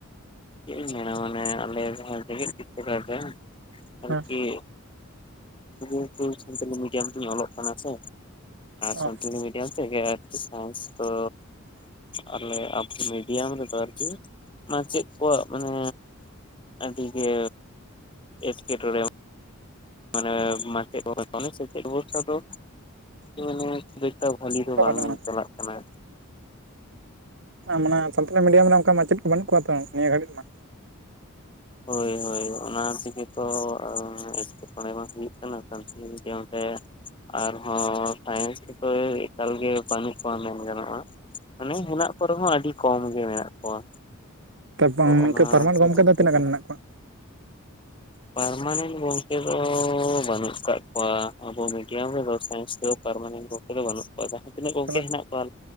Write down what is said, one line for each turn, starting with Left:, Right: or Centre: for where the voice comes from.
Left: ᱪᱮᱫ ᱤᱧ ᱢᱮᱱᱟ ᱢᱟᱱᱮ ᱟᱞᱮ ᱡᱟᱦᱟᱸ ᱨᱮ ᱨᱮ ᱟᱨᱠᱤ
Right: ᱦᱮᱸ
Left: ᱮᱦᱛᱩ ᱥᱟᱱᱛᱟᱞᱤ ᱢᱤᱰᱤᱭᱟᱢ ᱛᱤᱧ ᱚᱞᱚᱜ ᱠᱟᱱᱟ ᱥᱮ
Right: ᱚ
Left: ᱥᱟᱱᱛᱟᱞᱤ ᱢᱤᱰᱤᱭᱟᱢ ᱛᱮᱜᱮ ᱥᱟᱭᱮᱱᱥ ᱫᱚ ᱟᱞᱮ ᱟᱨᱠᱤ ᱢᱤᱰᱤᱭᱟᱢ ᱨᱮᱫᱚ ᱟᱨᱠᱤ ᱢᱟᱪᱮᱫ ᱠᱚᱣᱟᱜ ᱢᱟᱱᱮ ᱟᱹᱰᱤᱜᱮ ᱮᱴᱠᱮᱴᱚᱬᱮ ᱢᱟᱱᱮ ᱢᱟᱪᱮᱫ ᱥᱮᱪᱮᱫ ᱵᱷᱚᱨᱥᱟ ᱫᱚ ᱢᱟᱱ ᱛᱚ ᱵᱷᱟᱹᱞᱤ ᱫᱚ
Right: ᱚᱱᱠᱟ
Left: ᱵᱟᱝ
Right: ᱵᱟᱹᱱᱩᱜᱼᱟ
Left: ᱦᱩᱭ ᱪᱟᱞᱟᱜ ᱠᱟᱱᱟ
Right: ᱢᱟᱱᱮ ᱥᱟᱱᱛᱟᱞᱤ ᱢᱤᱰᱤᱭᱟᱢ ᱨᱮ ᱚᱱᱠᱟ ᱢᱟᱪᱮᱫ ᱠᱚ ᱵᱟᱹᱱᱩᱜ ᱠᱚᱣᱟ ᱛᱚ ᱱᱤᱭᱟᱹ ᱜᱷᱟᱹᱲᱤᱡ ᱢᱟ
Left: ᱦᱳᱭ ᱦᱳᱭ ᱚᱱᱟ ᱛᱮᱜᱮᱛᱚ ᱮᱴᱠᱮᱴᱚᱬᱮ ᱢᱟ ᱦᱩᱭᱩᱜ ᱠᱟᱱᱟ ᱥᱟᱱᱛᱟᱞᱤ ᱨᱮ ᱟᱨᱦᱚᱸ ᱥᱟᱭᱮᱱᱥ ᱠᱚᱫᱚ ᱮᱠᱟᱞᱜᱮ ᱵᱟᱹᱱᱩᱜ ᱠᱚᱣᱟ ᱢᱮᱱ ᱜᱟᱱᱚᱜᱼᱟ ᱢᱟᱱᱮ ᱦᱮᱱᱟᱜ ᱠᱚᱨᱮ ᱦᱚᱸ ᱟᱹᱰᱤ ᱠᱚᱢ ᱜᱮ ᱢᱮᱱᱟᱜ ᱠᱚᱣᱟ
Right: ᱵᱟᱝ
Left: ᱛᱚ ᱚᱱᱟ
Right: ᱯᱟᱨᱢᱟᱱᱮᱱᱴ
Left: ᱦᱚᱛᱮᱡ
Right: ᱜᱚᱢᱠᱮ ᱫᱚ
Left: ᱛᱮᱜᱮ
Right: ᱛᱤᱱᱟᱹᱜ ᱜᱟᱱ ᱢᱮᱱᱟᱜ ᱠᱚᱣᱟ
Left: ᱯᱟᱨᱢᱟᱱᱮᱱᱴ ᱜᱚᱝᱠᱮ ᱫᱚ ᱵᱟᱹᱱᱩᱜ ᱠᱟᱜ ᱠᱚᱣᱟ ᱟᱵᱚ ᱢᱤᱰᱤᱭᱟᱢ ᱨᱮᱫᱚ ᱥᱟᱭᱮᱱᱥ ᱯᱟᱨᱢᱟᱱᱮᱱᱴ ᱜᱚᱝ ᱠᱚ ᱫᱚ ᱵᱟᱹᱱᱩᱜ ᱠᱚᱣᱟ ᱡᱟᱦᱟᱸ ᱛᱤᱱᱟᱹᱜ ᱜᱚᱝᱠᱮ
Right: ᱛᱟᱦᱚᱞᱮ
Left: ᱦᱮᱱᱟ ᱠᱚᱣᱟ